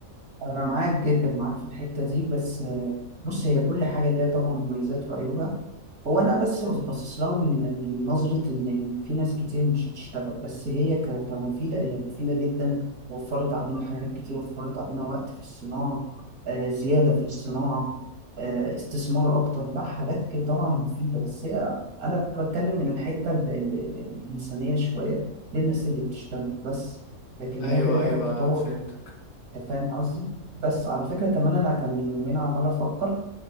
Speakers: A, on the right; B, on the left.
A: أنا معاك جدا معاك في الحتة دي بس آه، بص هي كل حاجة ليها طبعا مميزات وعيوبها هو أنا بس باصص لها من من نظرة إن إن في ناس كتير مش هتشتغل بس هي ك- كمفيدة هي مفيدة جدا وفرت علينا حاجات كتير وفرت علينا وقت في الصناعة آه، زيادة في الصناعة آه، استثمار أكتر لا حاجات كده طبعا مفيدة بس هي أنا بتكلم من الحتة ال- ال- الإنسانية شوية للناس اللي بتشتغل بس لكن
B: ايوه
A: هي كده كده
B: ايوه
A: التطور
B: فهمتك
A: انت فاهم قصدي بس على فكرة كمان انا كان من يومين عمال افكر